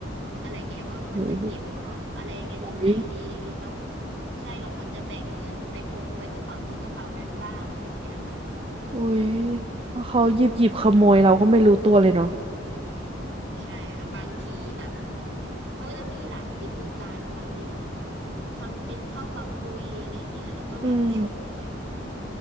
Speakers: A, on the right; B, on the right.
A: อะไรเงี้ยว่าควรจะเก็บ
B: โอ้
A: อะไรยังไงตรงไหนดีเรา
B: โห
A: ใช่เราควรจะแบ่งเงินไปพกไว้กระเป๋านี้กระเป๋านั้นบ้างอะไรเงี้ยค่ะ
B: อุ้ยแล้วเขาหยิบหยิบขโมยเราก็ไม่รู้ตัวเลยเนาะ
A: ใช่ครับบางทีแบบเขาก็จะมีหลายวิธีการเนอะบางทีแบบทำเป็นเข้ามาคุยอะไรเงี้ยแล้วก็แบบฉกไปบ้าง
B: อืม